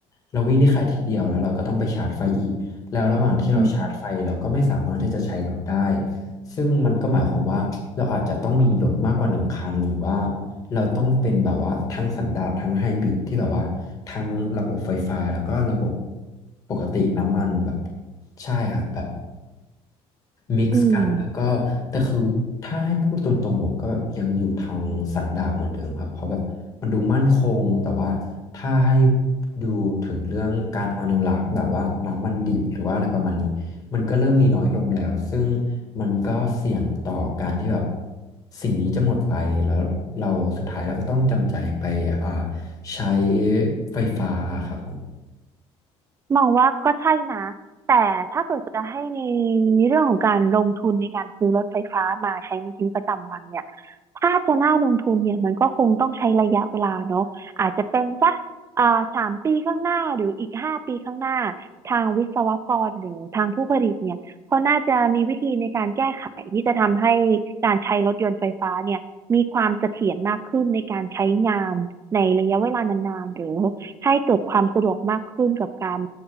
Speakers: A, on the left; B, on the right.
A: เราวิ่งได้แค่อาทิตย์เดียวแล้วเราก็ต้องไปชาร์จไฟอีกแล้วระหว่างที่เราชาร์จไฟเราก็ไม่สามารถที่จะใช้รถได้
B: อืม
A: ซึ่งมันก็หมายความว่าเราอาจจะต้องมีรถมากกว่าหนึ่งคันหรือว่าเราต้องเป็นแบบว่าทั้งสันดาปทั้งไฮบริดที่แบบว่าทั้งระบบไฟฟ้าแล้วก็ระบบปกติน้ำมันแบบใช่ครับแบบ มิกซ์กันแล้วก็แต่คือถ้าให้พูดตรงๆผมก็ยังอยู่ทางสันดาปเหมือนเดิมครับเพราะแบบมันดูมั่นคงแต่ว่าถ้าให้
B: อืม
A: ดูถึงเรื่องการอนุรักษ์แบบว่าน้ำมันดิบหรือว่าอะไรประมาณนี้มันก็เริ่มมีน้อยลงแล้วซึ่งมันก็เสี่ยงต่อการที่แบบสิ่งนี้จะหมดไปแล้วเราสุดท้ายเราก็ต้องจำใจไปอ่าใช้ไฟฟ้าครับผม
B: มองว่าก็ใช่นะ แต่ถ้าเกิดจะให้ในเรื่องของการลงทุนในการซื้อรถไฟฟ้ามาใช้ในชีวิตประจำวันเนี่ยถ้าจะน่าลงทุนเนี่ยมันก็คงต้องใช้ระยะเวลาเนาะอาจจะเป็นสักอ่าสามปีข้างหน้าหรืออีกห้าปีข้างหน้าทางวิศวกรหรือทางผู้ผลิตเนี่ยเขาน่าจะมีวิธีในการแก้ไขที่จะทำให้การใช้รถยนต์ไฟฟ้าเนี่ยมีความเสถียรมากขึ้นในการใช้งานในระยะเวลานานๆหรือ ให้เกิดความสะดวกมากขึ้นกับการ